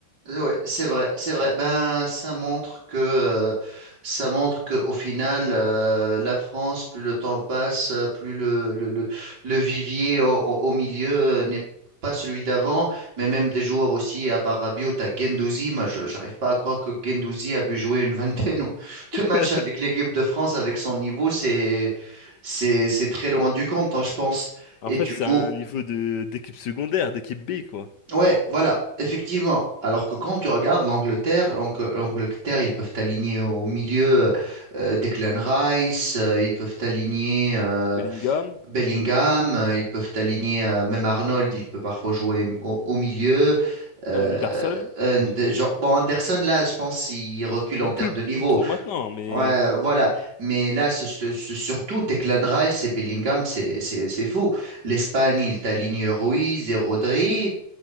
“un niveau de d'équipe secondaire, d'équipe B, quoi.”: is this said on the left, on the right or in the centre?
Left